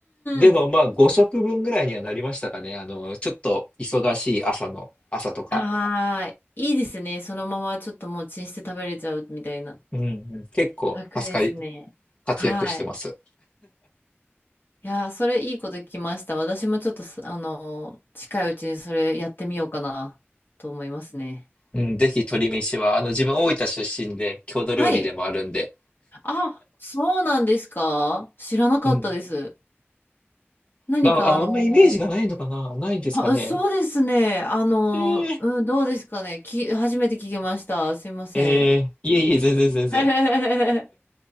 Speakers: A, on the left; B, on the left.
A: でもまあ5食分ぐらいにはなりましたかね。
B: ーん。
A: あの、ちょっと忙しい朝の、朝とか。
B: はーい。いいですね。そのままちょっともうチンして食べれちゃうみたいな。
A: うんうん。結構助かり、
B: 楽ですね。
A: 活躍してます。
B: はい。いやー、それいいこと聞きました。私もちょっとす、あのー近いうちにそれやってみようかなと思いますね。
A: うん、ぜひ鶏飯は、あの自分大分出身で郷土料理でもあるんで。
B: はい。あ、そうなんですか知らなかったです。
A: うん。
B: 何かあの
A: まあ、ああんまイメージがないのかなないんですかね。
B: ーあ、そうですね。あのーうん、
A: えー
B: どうですかね。き、初めて聞きました。すいません。
A: ええいえいえ、全然全然。
B: <laughs>